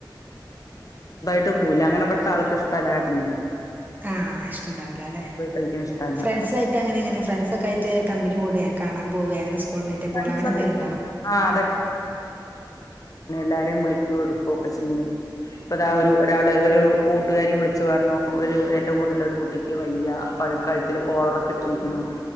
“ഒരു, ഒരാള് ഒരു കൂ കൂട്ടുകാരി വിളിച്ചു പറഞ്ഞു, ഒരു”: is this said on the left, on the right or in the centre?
Left